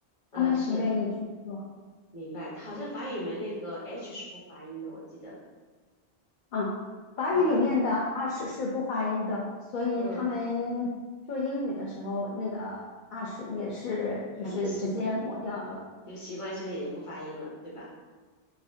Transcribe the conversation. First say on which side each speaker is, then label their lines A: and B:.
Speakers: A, on the left (about 30°); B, on the left (about 55°).
A: 嗯，
B: 他们是不愿意去说。
A: 呃是。明白，好像法语里面那个 H 是不发音的，我记得，
B: 嗯，法语里面的
A: 对吧？
B: a s 是不发音的，所以他们说英语的时候，
A: 嗯，
B: 那个 a s 也是就是直接抹掉的。
A: 他们就习就习惯性也就不发音了，对吧？